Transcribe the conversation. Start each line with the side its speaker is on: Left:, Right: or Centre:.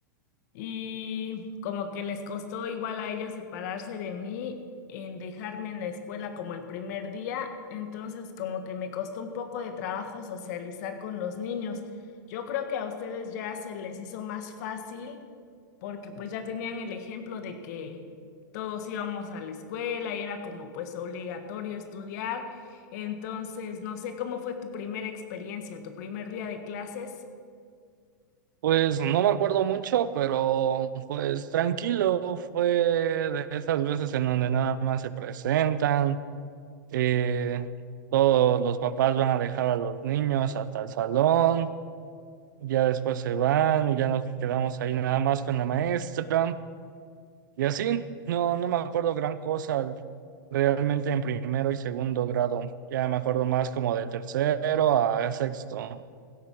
Left: y como que les costó igual a ellos separarse de mí en dejarme en la escuela como el primer día, entonces como que me costó un poco de trabajo socializar con los niños. Yo creo que a ustedes ya se les hizo más fácil porque pues ya tenían el ejemplo de que todos íbamos a la escuela y era como pues obligatorio estudiar. Entonces, no sé cómo fue tu primera experiencia, tu primer día de clases.
Right: Pues no me acuerdo mucho, pero pues tranquilo, fue de esas veces en donde nada más se presentan, eh, todos los papás van a dejar a los niños hasta el salón, ya después se van y ya nos quedamos ahí nada más con la maestra. Y así, no, no me acuerdo gran cosa realmente en primero y segundo grado. Ya me acuerdo más como de tercero a sexto.